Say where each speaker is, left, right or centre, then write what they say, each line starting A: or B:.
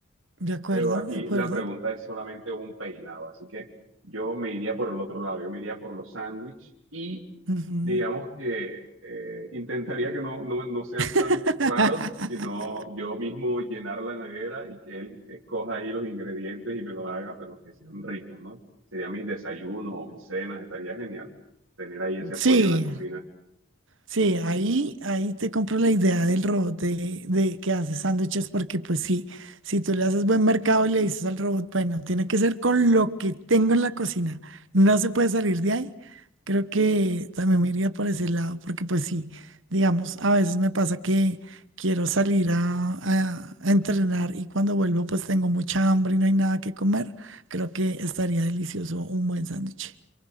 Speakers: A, on the right (about 70°); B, on the right (about 85°).
A: De acuerdo,
B: pero aquí
A: de acuerdo.
B: la pregunta es solamente un peinado, así que yo me iría por el otro lado, yo me iría por los sándwiches y
A: Ujú.
B: digamos que eh, intentaría que no, no, no sean
A: <laughs>
B: sándwiches raros, sino yo mismo llenar la nevera y que él escoja ahí los ingredientes y me los haga, pero que sean ricos, ¿no? Serían mis desayunos o mis cenas, estaría genial tener ahí ese apoyo
A: Sí,
B: en la cocina.
A: Sí, ahí, ahí te compro la idea del robot de, de que hace sándwiches, porque pues sí, si tú le haces buen mercado y le dices al robot, bueno, tiene que ser con lo que tengo en la cocina, no se puede salir de ahí, creo que también me iría por ese lado, porque pues sí, digamos, a veces me pasa que quiero salir a, a- a entrenar y cuando vuelvo pues tengo mucha hambre y no hay nada que comer, creo que estaría delicioso un buen sándwich.